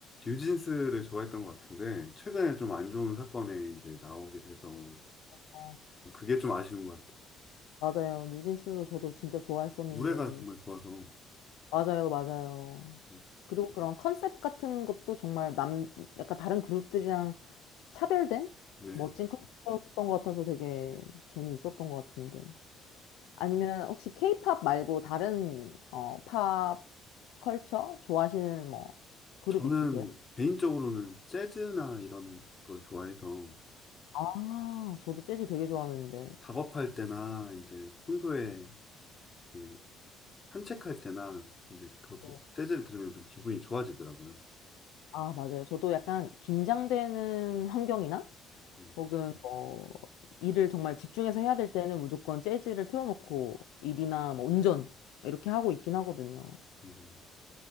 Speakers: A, on the left; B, on the left.
A: 뉴진스를 좋아했던 것 같은데, 최근에 좀 안 좋은 사건에 이제 나오게 돼서,
B: 어,
A: 그게 좀 아쉬운 것 같아요.
B: 맞아요. 뉴진스 저도 진짜 좋아했었는데.
A: 노래가 정말 좋아서.
B: 맞아요, 맞아요.
A: 음,
B: 그리고 그런 컨셉 같은 것도 정말 남, 약간 다른 그룹들이랑 차별된
A: 네.
B: 멋진 컨셉이었던 것 같아서 되게 재미있었던 것 같은데. 아니면 혹시 케이팝 말고 다른 어, 팝 컬처 좋아하시는 뭐 그룹
A: 저는
B: 있으세요?
A: 개인적으로는 재즈나 이런 걸 좋아해서
B: 아, 저도 재즈 되게 좋아하는데.
A: 작업할 때나 이제 평소에 이렇게 산책할 때나 이제 그렇게
B: 네.
A: 재즈를 들으면 좀 기분이 좋아지더라고요.
B: 아, 맞아요. 저도 약간 긴장되는 환경이나
A: 네.
B: 혹은 뭐 일을 정말 집중해서 해야 될 때는 무조건 재즈를 틀어놓고 일이나 뭐 운전 이렇게 하고 있긴 하거든요.
A: 음.